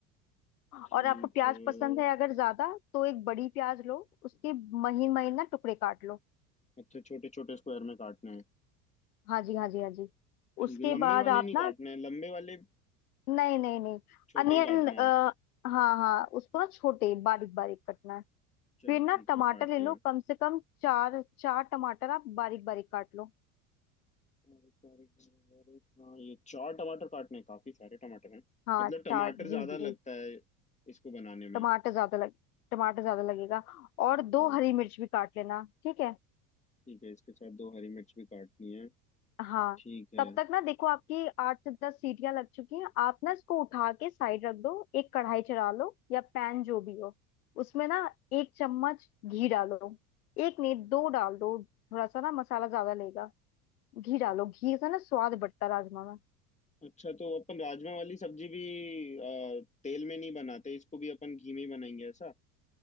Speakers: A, on the left; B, on the left.
A: ठीक
B: और आपको प्याज
A: है
B: पसंद है अगर ज्यादा तो एक बड़ी प्याज लो उसके महीन महीन ना टुकड़े काट लो
A: अच्छा छोटे छोटे स्क्वायर में काटना है
B: हाँ जी हाँ जी हाँ जी
A: ठीक
B: उसके
A: है लंबे
B: बाद
A: वाले
B: आप
A: नहीं
B: ना
A: काटना है लंबे वाले
B: नहीं नहीं नहीं
A: छोटे
B: अनियन
A: ही काटना
B: आ,
A: है
B: हाँ हाँ उसको ना छोटे बारीक बारीक कटना है
A: चलो
B: फिर ना
A: ठीक
B: टमाटर
A: है काट
B: ले
A: लिया
B: लो कम से कम चार चार टमाटर आप बारीक बारीक काट लो
A: और प्यारे प्यारे और एक- हाँ ये चार टमाटर काटने हैं, काफी सारे टमाटर हैं
B: हाँ
A: मतलब टमाटर
B: चार जी
A: ज्यादा
B: जी
A: लगता है इसको बनाने में
B: टमाटर ज्यादा लग टमाटर ज्यादा लगेगा और
A: ओके
B: दो हरी मिर्च भी काट लेना ठीक है
A: ठीक है इसके साथ दो हरी मिर्च भी काटनी है
B: हाँ
A: ठीक है
B: तब तक ना देखो आपकी आठ से दस सीटियां लग चुकी हैं आप ना इसको उठा के साइड रख दो एक कढ़ाई चढ़ा लो या पैन जो भी हो उसमें ना एक चम्मच घी डालो एक नहीं दो डाल दो थोड़ा सा ना मसाला ज्यादा लेगा घी डालो घी से ना स्वाद बढ़ता है राजमा में
A: अच्छा तो अपन राजमा वाली सब्जी भी अ, तेल में नहीं बनाते इसको भी अपन घी में ही बनाएंगे ऐसा